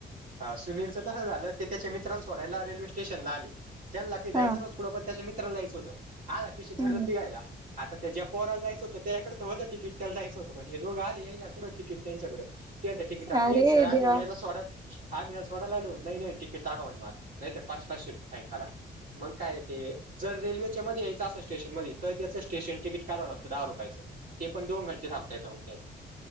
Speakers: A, on the right; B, on the right.
A: हा सुनीलचं तसं झालं, ते तेच्या मित्राला सोडायला रेल्वे स्टेशनला आले, त्यांनला काय जायचं
B: हा
A: नव्हतं. पुढं पण त्याच्या मित्राला यायचं होतं आला टीशी धरलं
B: हम्म
A: तिघायला. आता त्या ज्या पोराला जायचं होतं त्याच्याकडें तर होतं तिकीट त्याला जायचं होतं पण हे दोघं आले यायला कुठं तिकीट त्यांच्याकडे. ते तिकट
B: अरे
A: ते सर आम्हीलायायला
B: देवा
A: सोडत आम्ही सोडायला आलो नाही नाही तिकीट दाखवण मला नाहीतर पाच पाचशे फाईन काढा. मग काय ते जर रेल्वेच्या मध्ये यायचं असं स्टेशन मध्ये तर त्याच स्टेशन तिकीट काढावं लागतं दहा रुपयाचं ते पण दोन घंटे थांबता येतं म ते